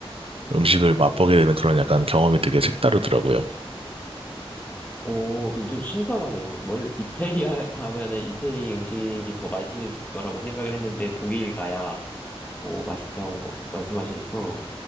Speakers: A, on the right; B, on the left.
A: 음식을 맛보게 되는 그런 약간 경험이 되게 색다르더라고요.
B: 오, 그럼 좀 신선하네요. 원 이태리에 가면은 이태리 음식이 더 맛있을 거라고 생각을 했는데 독일 가야, 오, 맛있다고 말씀하시니까